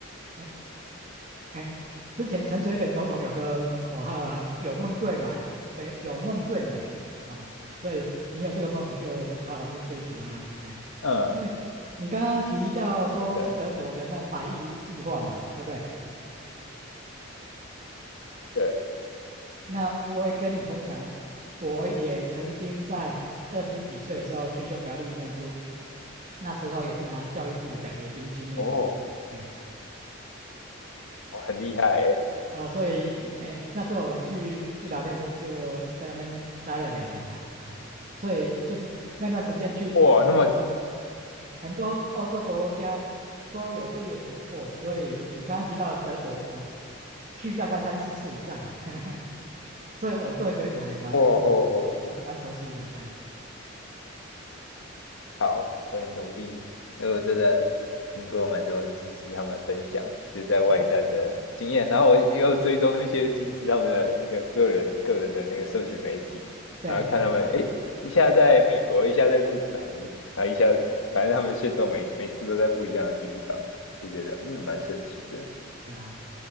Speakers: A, on the right; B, on the left.
A: 哎哎，之前陈水扁总统有个口号啦，有梦最美，喂，有梦最美啊、所以你有这个梦就好好去追求它，哎，
B: 嗯，
A: 因为你刚刚提到说去德国的那百亿计划嘛，
B: 真的
A: 对不对？
B: 对，
A: 那我也跟你分享，我也曾经在二十几岁的时候去匈牙利念书，
B: 嗯，
A: 那时候也是拿教育部的奖学金去念的，
B: 哦，
A: 哎
B: 哦很厉害诶，
A: 哦，所以，
B: 嗯，
A: 哎，那时候我去布达佩斯就在那边待了两年啦，
B: 是
A: 哎，所以就是那段时间去很多
B: 哇，那么，
A: 很多欧洲国家都有列国过，所以你刚刚提到的德国，我去大概三四次以上了，<laughs> 所以我对德国也蛮
B: 哦哦哦。
A: 蛮蛮熟悉的，哎，
B: 好，会努力。因为我真的听过蛮多技师他们分享，
A: 哎，
B: 就在外站的经验，
A: 嗯，
B: 然后我也有追踪一些技师他们的那个个人个人的那个社群媒体，
A: 对，
B: 然后看他们，
A: 哎，
B: 诶，一下在美国，一下在日本，<laughs> 然后一下，反正他们线都每每次都在不一样的地方，就觉得嗯，蛮神奇的，
A: 是啊，